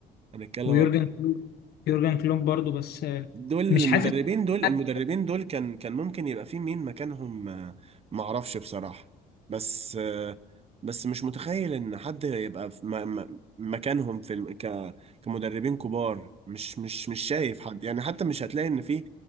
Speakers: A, on the right (about 35°); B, on the left (about 70°).
A: هنتكلم
B: ويورجن
A: على
B: كلوب يورجن كلوب برضه بس آه،
A: دول المدربين
B: مش حاسس
A: دول
B: حد
A: المدربين دول كان كان ممكن يبقى في مين مكانهم آه، معرفش بصراحة بس آه، بس مش متخيل ان حد يبقى في م- م- مكانهم في الم- ك- كمدربين كبار مش مش مش شايف حد يعني حتى مش هتلاقي ان في